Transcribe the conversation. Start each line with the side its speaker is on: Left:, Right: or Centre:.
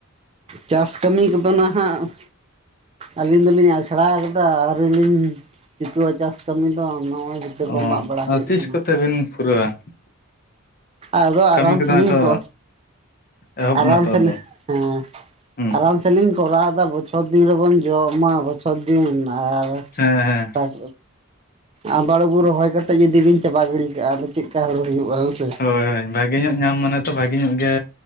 Right: ᱪᱟᱥ ᱠᱟᱹᱢᱤ ᱠᱚᱫᱚ ᱱᱟᱦᱟᱜ᱾ ᱟᱹᱞᱤᱧ ᱫᱚᱞᱤᱧ ᱟᱥᱲᱟ ᱠᱟᱫᱟ ᱟᱹᱣᱨᱤ ᱞᱤᱧ ᱡᱤᱛᱩᱼᱟ ᱪᱟᱥ ᱠᱟᱹᱢᱤ ᱫᱚ ᱱᱚᱜᱼᱚᱭ᱾ ᱤᱴᱟᱹ ᱠᱚ
Left: ᱚ
Right: ᱢᱟᱜ ᱵᱟᱲᱟ
Left: ᱟᱫᱚ
Right: ᱦᱩᱭᱩᱜ ᱠᱟᱱᱟ᱾
Left: ᱛᱤᱥ ᱵᱮᱱ ᱯᱩᱨᱟᱹᱣᱟ᱾
Right: ᱟᱫᱚ ᱟᱨᱟᱢ
Left: ᱠᱟᱹᱢᱤ ᱠᱚᱫᱚ
Right: ᱥᱮᱱᱤᱧ
Left: ᱦᱚᱭᱛᱚ
Right: ᱠᱚ᱾
Left: ᱮᱦᱚᱵ
Right: ᱟᱨᱟᱢ
Left: ᱱᱟᱛᱚ
Right: ᱥᱮ
Left: ᱟᱫᱚ
Right: ᱞᱤᱧ ᱦᱮᱸ
Left: ᱦᱩᱸ
Right: ᱟᱨᱟᱢ ᱥᱮ ᱞᱤᱧ᱾ ᱠᱚᱨᱟᱣ ᱮᱫᱟ ᱵᱚᱪᱷᱚᱨ ᱫᱤᱱ ᱨᱮᱵᱚᱱ ᱡᱚᱢᱟ ᱵᱚᱪᱷᱚᱨ ᱫᱤᱱ ᱟᱨ᱾
Left: ᱦᱮᱸ ᱦᱮᱸ
Right: ᱟᱸ ᱟᱵᱟᱲ ᱟᱵᱩ ᱨᱚᱦᱚᱭ ᱠᱟᱛᱮ ᱡᱩᱫᱤ ᱵᱤᱱ ᱪᱟᱵᱟ ᱜᱤᱰᱤ ᱠᱟᱜᱼᱟ ᱾ ᱪᱮᱫ ᱠᱟ ᱦᱚᱲᱩ ᱦᱩᱭᱩᱜᱼᱟ ᱦᱮᱸ ᱥᱮ᱾
Left: ᱦᱳᱭ ᱦᱳᱭ ᱵᱷᱟᱜᱮ ᱧᱚᱜ ᱧᱟᱢ ᱢᱟᱱᱮ ᱛᱚ ᱵᱷᱟᱜᱮ ᱧᱚᱜ ᱜᱮ